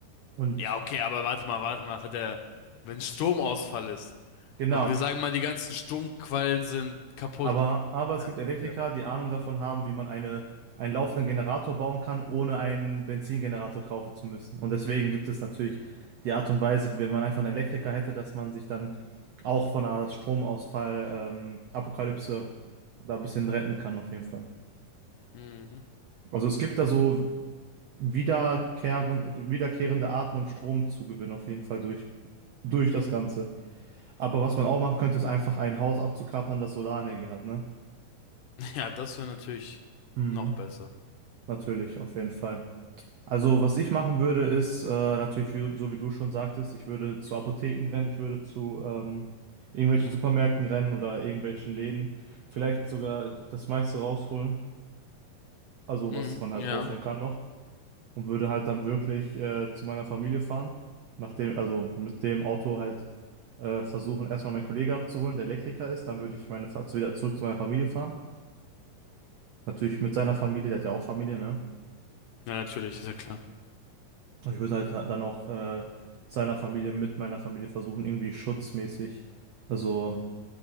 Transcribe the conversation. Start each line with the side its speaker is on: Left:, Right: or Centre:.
Right: und
Left: Ja, okay, aber warte mal, warte mal, was hat der, wenn Stromausfall ist
Right: genau.
Left: und wir sagen mal, die ganzen Stromquellen sind kaputt.
Right: Aber, aber es
Left: Ja,
Right: gibt Elektriker,
Left: ja.
Right: die Ahnung davon haben, wie man eine, einen laufenden Generator bauen kann, ohne einen Benzingenerator kaufen zu müssen. Und deswegen gibt es natürlich die Art und Weise, wenn man einfach einen Elektriker hätte, dass man sich dann auch von einer Stromausfall, ähm, Apokalypse da ein bisschen retten kann, auf jeden Fall.
Left: Mhm.
Right: Also es gibt da so wiederkehren, wiederkehrende Arten, um Strom zu gewinnen, auf jeden Fall durch, durch das Ganze. Aber was man auch machen könnte, ist einfach ein Haus abzuklappern, das Solarenergie hat, ne?
Left: <laughs> Ja, das wäre natürlich
Right: Mhm.
Left: noch besser.
Right: Natürlich, auf jeden Fall. Also, was ich machen würde, ist äh, natürlich, wie, so wie du schon sagtest, ich würde zu Apotheken rennen, ich würde zu ähm, irgendwelchen Supermärkten rennen oder irgendwelchen Läden, vielleicht sogar das meiste rausholen, also
Left: Mhm.
Right: was man halt
Left: Ja.
Right: rausholen kann noch, und würde halt dann wirklich äh, zu meiner Familie fahren, nachdem, also mit dem Auto halt äh, versuchen, erstmal meinen Kollege abzuholen, der Elektriker ist, dann würde ich meine, Fa- zu- wieder zurück zu meiner Familie fahren. Natürlich mit seiner Familie, der hat ja auch Familie, ne?
Left: Ja, natürlich, ist ja klar.
Right: Ich würde halt dann auch äh, seiner Familie mit meiner Familie versuchen, irgendwie schutzmäßig, also